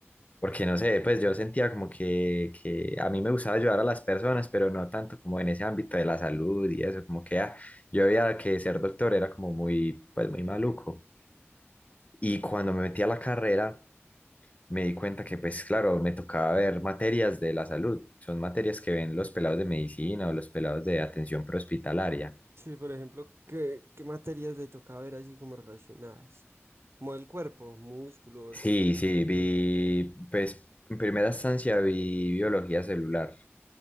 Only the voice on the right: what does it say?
Sí, por ejemplo, ¿qué, qué materias le toca ver así como relacionadas? Como el cuerpo, músculos,
cosas
así.